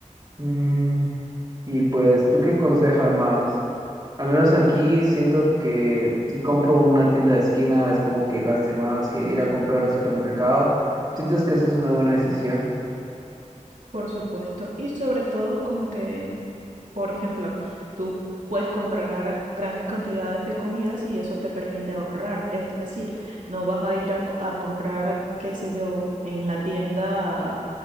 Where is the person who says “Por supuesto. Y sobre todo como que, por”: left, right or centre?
Right